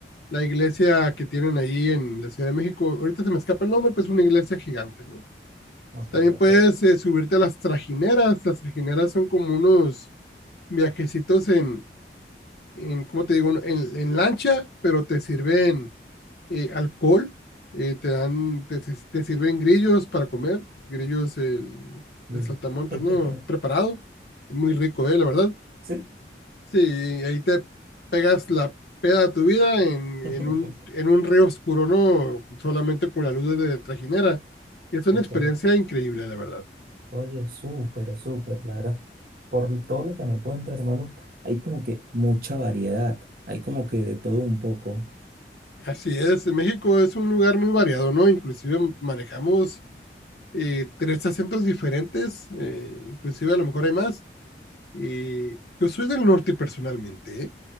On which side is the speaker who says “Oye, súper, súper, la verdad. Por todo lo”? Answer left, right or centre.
Right